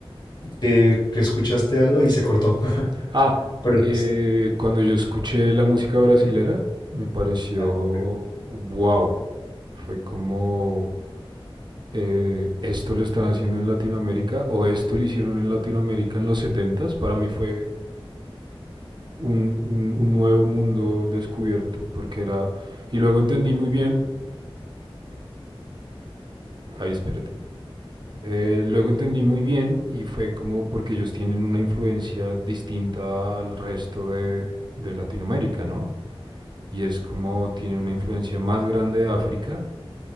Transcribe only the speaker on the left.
Que, que escuchaste algo y se cortó. <laughs>
Pero
pues,
ah, ok.